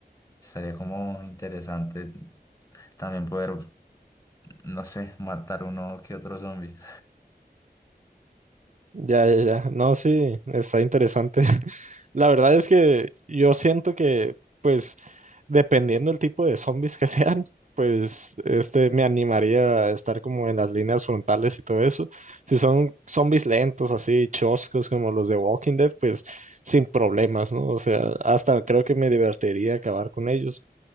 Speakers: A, on the left; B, on the right.
A: Estaría como interesante también poder, no sé, matar uno que otro zombie. <laughs>
B: Ya, ya, ya. No, sí, está interesante. <laughs> La verdad es que yo siento que, pues, dependiendo del tipo de zombies que <laughs> sean, pues, este, me animaría a estar como en las líneas frontales y todo eso. Si son zombies lentos, así, choscos, como los de Walking Dead, pues, sin problemas, ¿no? O sea, hasta creo que me divertiría acabar con ellos.